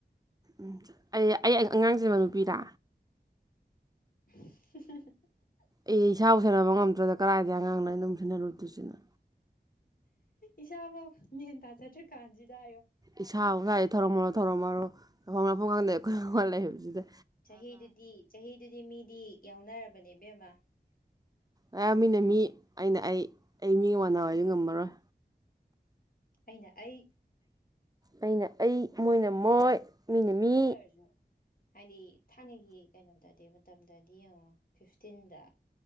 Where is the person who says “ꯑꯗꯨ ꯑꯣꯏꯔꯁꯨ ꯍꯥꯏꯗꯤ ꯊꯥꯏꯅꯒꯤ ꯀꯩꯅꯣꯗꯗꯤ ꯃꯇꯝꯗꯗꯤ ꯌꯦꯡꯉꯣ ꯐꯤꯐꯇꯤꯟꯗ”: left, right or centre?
Left